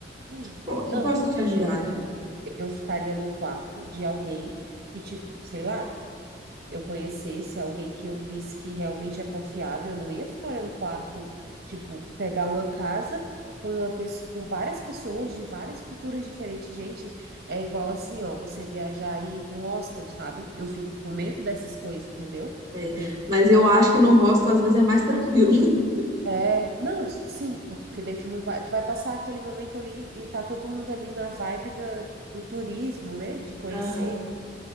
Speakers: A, on the right; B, on the right.
A: sim.
B: pô, que
A: Não,
B: possa te ajudar,
A: é,
B: né?
A: eu ficaria no quarto de alguém que, tipo, sei lá, eu conhecesse alguém que eu visse que realmente é confiável. Eu não ia ficar em um quarto, tipo, pegar uma casa com uma pessoa, com várias pessoas de várias culturas diferentes. Gente, é igual assim, ó, você viajar e ir para um hostel, sabe? Eu fico com medo dessas coisas, entendeu?
B: É,
A: Eu tenho
B: Mas eu acho que no hostel às vezes é mais tranquilo. <laughs>
A: É, não, sim, porque daí tu não vai, tu vai passar aquele momento ali e tá todo mundo ali na vibe da, do turismo, né, de conhecer,
B: Aham.